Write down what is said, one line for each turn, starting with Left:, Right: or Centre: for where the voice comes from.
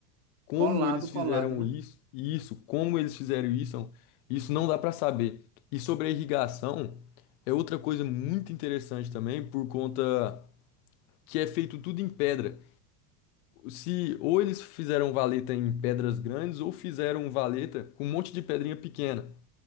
Left: Como
Right: Colado,
Left: eles
Right: colado,
Left: fizeram
Right: né?
Left: isso? Isso, como eles fizeram isso? Isso não dá pra saber. E sobre a irrigação, é outra coisa muito interessante também, por conta que é feito tudo em pedra. Se ou eles fizeram valeta em pedras grandes ou fizeram valeta com um monte de pedrinha pequena.